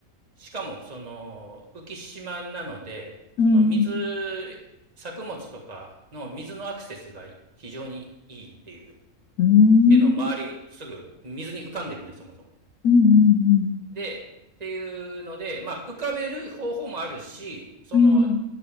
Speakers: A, on the right; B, on the left.
A: しかも、その、浮島なので、
B: うん、
A: その水、作物とかの水のアクセスが非常にいいっていうっ
B: うん、
A: ていうのを周りすぐ水に浮かんでるんで、
B: うん、
A: そもそも。
B: うん、
A: で、っていうので、まあ、浮かべる方法もあるし、その、
B: うん、